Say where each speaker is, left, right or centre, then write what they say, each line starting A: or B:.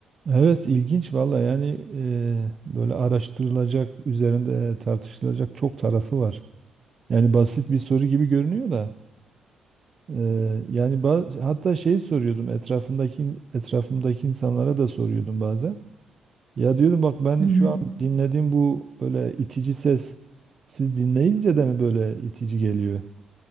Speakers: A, on the right (about 40°); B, on the right (about 85°).
A: Evet ilginç valla yani e, böyle araştırılacak, üzerinde tartışılacak çok tarafı var. Yani basit bir soru gibi görünüyor da e,
B: Evet.
A: yani ba- hatta şeyi soruyordum etrafındaki etrafımdaki insanlara da soruyordum bazen. Ya diyordum bak ben
B: Hı hı.
A: şu an dinlediğim bu böyle itici ses siz dinleyince de mi böyle itici geliyor?